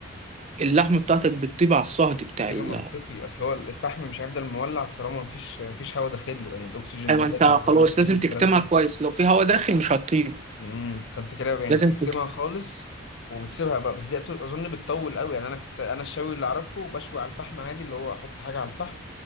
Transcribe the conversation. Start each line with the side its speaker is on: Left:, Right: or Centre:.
Right: اللحمه بتاعتك بتطيب على الصهد بتاع
Left: كده
Right: الفحم
Left: منطقي اصل هو الفحم مش هيفضل مولع طالما مفيش مفيش هواء داخله يعني الاكسجين
Right: ايوه
Left: ده لازم
Right: انت
Left: يتعمل
Right: خلاص
Left: اكسجين
Right: لازم
Left: والكلام
Right: تكتمها
Left: ده
Right: كويس لو في هواء داخل مش هتطيب
Left: امم فانت كده يعني
Right: لازم
Left: بتكتمها خالص وبتسيبها بقى بس دي أت- اظن بتطول قوي يعني انا كنت انا الشوي اللي اعرفه بشوي على الفحم عادي اللي هو احط حاجه على الفحم